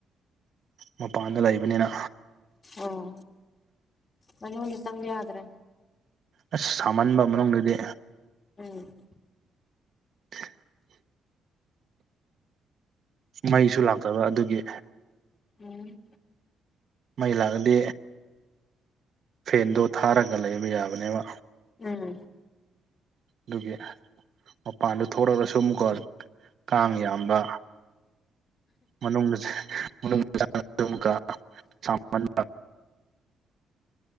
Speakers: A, on the right; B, on the left.
A: ꯃꯄꯥꯟꯗ ꯂꯩꯕꯅꯤꯅ
B: ꯑꯣ ꯃꯅꯨꯡꯗ ꯆꯪꯕ ꯌꯥꯗ꯭ꯔꯦ
A: ꯑꯁ ꯁꯥꯃꯟꯕ ꯃꯅꯨꯡꯗꯗꯤ
B: ꯎꯝ
A: <unintelligible> ꯃꯩꯁꯨ ꯂꯥꯛꯇꯕ ꯑꯗꯨꯒꯤ
B: ꯎꯝ
A: ꯃꯩ ꯂꯥꯛꯑꯗꯤ ꯐꯦꯟꯗꯣ ꯊꯥꯔꯒ ꯂꯩꯕ ꯌꯥꯕꯅꯦꯕ
B: ꯎꯝ
A: ꯗꯨꯒꯤ ꯃꯄꯥꯟꯗ ꯊꯣꯔꯛꯔꯁꯨ ꯃꯨꯛꯀꯥ ꯀꯥꯡ ꯌꯥꯝꯕ ꯃꯅꯨꯡꯗꯁꯨ <unintelligible>